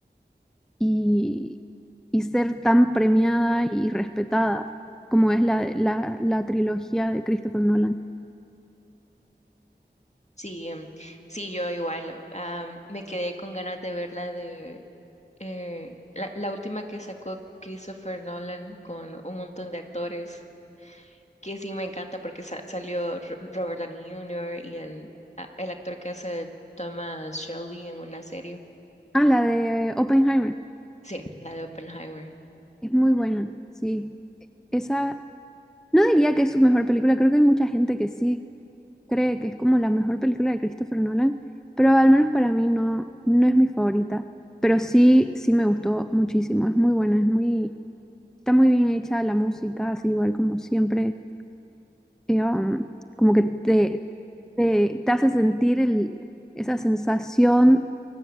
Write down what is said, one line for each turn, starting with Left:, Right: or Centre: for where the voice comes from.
Centre: y, y ser tan premiada y respetada como es la, la, la trilogía de Christopher Nolan.
Left: Sí, em, sí, yo igual, ah, me quedé con ganas de verla eh, la, la última que sacó Christopher Nolan con un montón de actores, que sí me encanta porque sa- salió Ro- Robert Downey Jr. y el, a- el actor que hace Thomas Shelby en una serie.
Centre: Ah, la de Oppenheimer.
Left: Sí, la de Oppenheimer.
Centre: Es muy buena, sí. Esa No diría que es su mejor película, creo que hay mucha gente que sí cree que es como la mejor película de Christopher Nolan, pero al menos para mí no, no es mi favorita. Pero sí, sí me gustó muchísimo, es muy buena, es muy, está muy bien hecha la música, así igual como siempre, eh, um, como que te, te, te hace sentir el, esa sensación